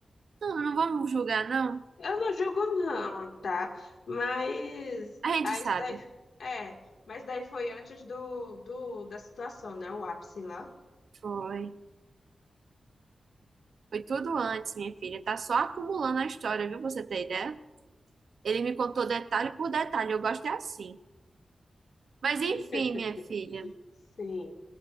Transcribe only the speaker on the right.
Não, não vamos julgar, não.
A gente
sabe.
Foi. Foi tudo antes, minha filha. Tá só acumulando a história, viu? Pra Você tem ideia? Ele me contou detalhe por detalhe. Eu gosto é assim. Mas enfim,
minha filha.